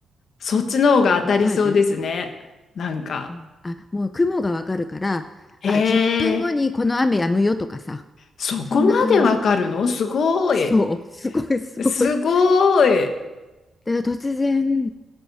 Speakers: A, on the left (about 65°); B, on the left (about 25°).
A: そっちの方が当たりそうですね。
B: わかる
A: なんか。
B: うんあ、もう雲がわかるから、
A: へ
B: あ、10分後にこの雨やむよとかさ、
A: え。そこまでわかるのすごい。
B: そんな感じ。そう、<laughs> すごいすごい。
A: すごい。
B: だから突然、